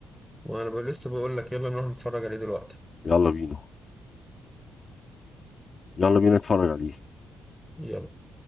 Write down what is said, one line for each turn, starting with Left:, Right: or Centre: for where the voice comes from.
Centre: وانا ب- لسه بقول لك يلا نروح نتفرج عليه دلوقتي
Left: يلا بينا يلا بينا نتفرج عليه
Centre: يلا